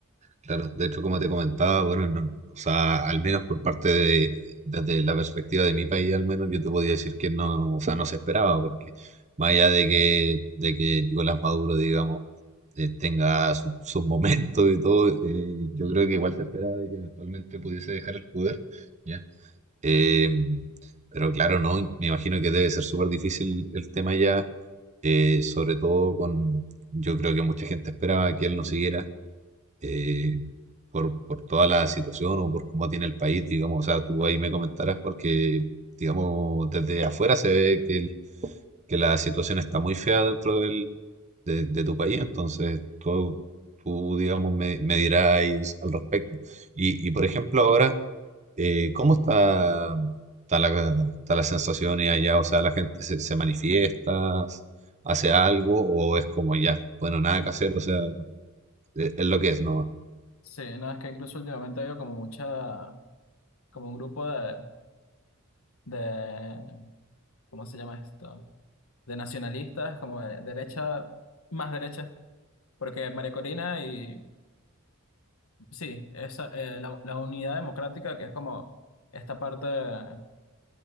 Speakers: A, on the right; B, on the left.
A: Claro, de hecho, como te comentaba, bueno, no- o sea, al menos por parte de, desde la perspectiva de mi país, al menos yo te podía decir que no, o sea, no se esperaba, porque más allá de que, de que Nicolás Maduro, digamos, eh, tenga su- sus momentos y todo, eh, yo creo que igual se esperaba de que eventualmente pudiese dejar el poder, ¿ya? Eh, pero claro, no, me imagino que debe ser súper difícil el tema ya, eh, sobre todo con, yo creo que mucha gente esperaba que él no siguiera eh, por, por toda la situación o por cómo tiene el país, digamos, o sea, tú ahí me comentarás porque, digamos, desde afuera se ve que, el- que la situación está muy fea dentro del, de, de tu país, entonces tú, tú digamos, me, me dirás al respecto. Y, y, por ejemplo, ahora, eh, ¿cómo está, está la, está la sensación allá? O sea, ¿la gente se, se manifiesta, hace algo o es como ya, bueno, nada que hacer, o sea, es, es lo que es, no
B: Sí, no, es que incluso últimamente veo como mucha, como un grupo de, de, ¿cómo se llama esto? de nacionalistas, como de derecha, más derecha, porque María Corina y sí, esa, eh, la, la unidad democrática, que es como esta parte, la